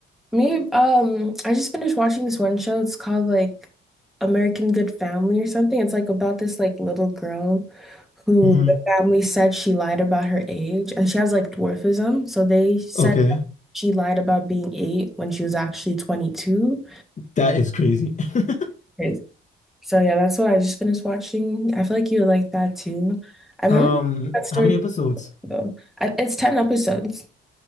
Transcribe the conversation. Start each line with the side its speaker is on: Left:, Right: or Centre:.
Centre: Me, um, I just finished watching this one show. It's called like American Good Family or something. It's like about this like little girl who
Left: hmm
Centre: the family said she lied about her age and she has like dwarfism. So they said
Left: Okay,
Centre: she lied about being eight when she was actually 22.
Left: that is crazy. <laughs>
Centre: Crazy. So yeah, that's what I just finished watching. I feel like you would like that too. I remember
Left: Um,
Centre: that story
Left: how many episodes?
Centre: though. I, it's 10 episodes.